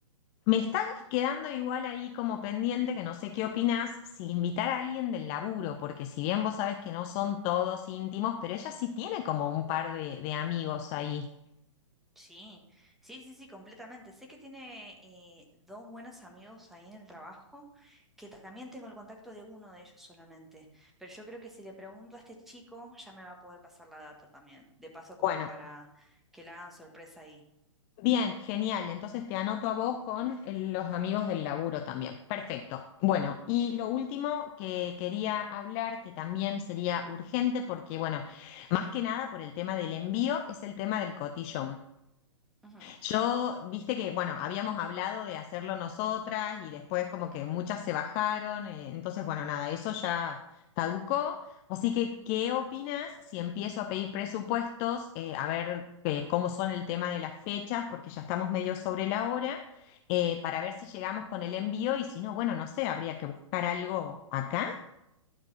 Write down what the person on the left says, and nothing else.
Me está quedando igual ahí como pendiente, que no sé qué opinás, si invitar a alguien del laburo, porque si bien vos sabés que no son todos íntimos, pero ella sí tiene como un par de, de amigos ahí.
Bueno.
Bien, genial. Entonces te anoto a vos con el- los amigos del laburo también. Perfecto. Bueno, y lo último que quería hablar, que también sería urgente, porque bueno, más que nada por el tema del envío, es el tema del cotillón.
Yo, viste que, bueno, habíamos hablado de hacerlo nosotras y después como que muchas se bajaron, eh, entonces, bueno, nada, eso ya caducó. Así que, ¿qué opinas si empiezo a pedir presupuestos, eh, a ver eh, cómo son el tema de las fechas, porque ya estamos medio sobre la hora, eh, para ver si llegamos con el envío y si no, bueno, no sé, habría que buscar algo acá.